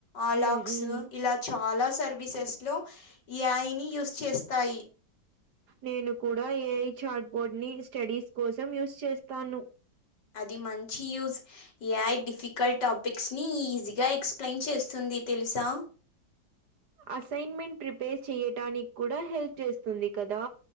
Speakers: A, on the left; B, on the right.
A: ఆలాక్స్
B: హ్మ్. హ్మ్.
A: ఇలా చాలా సర్వీసెస్లో ఐని యూస్ చేస్తాయి
B: నేను కూడా ఏఐ చార్ట్ బోర్డ్ని స్టడీస్ కోసం యూస్ చేస్తాను
A: అది మంచి యూజ్ ఎఐ డిఫికల్ట్ టాపిక్స్ని ఈజీగా ఎక్స్ప్లెయిన్ చేస్తుంది తెలుసా
B: అసైన్మెంట్ ప్రిపేర్ చెయటానికి కూడా హెల్ప్ చేస్తుంది కదా